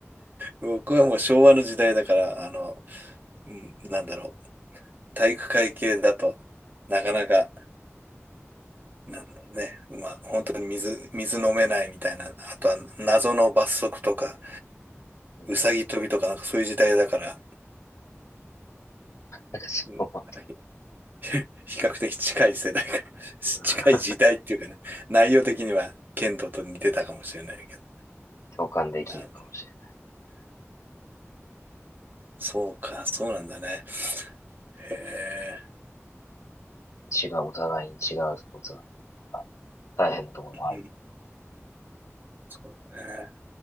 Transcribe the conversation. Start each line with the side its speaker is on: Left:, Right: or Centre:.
Right: 僕はもう昭和の時代だから、あの、うん、なんだろう。体育会系だと、なかなか、なんだろうね。まあ、本当に水、水飲めないみたいな。あとは謎の罰則とか、
Left: い。うん。
Right: うさぎ跳びとかなんかそういう時代だから、
Left: なんかそこは、
Right: うん <laughs> 比較的近い世代かもし近い時代っていうかね、
Left: うん
Right: 内容的には剣道と似てたかもしれないけど。
Left: 共感できるかもしれ
Right: なそうか、そうなんだね。へえ。
Left: ない。違う、お互いに違うスポーツだと、な大変なところもあるね。
Right: うん、そうだね。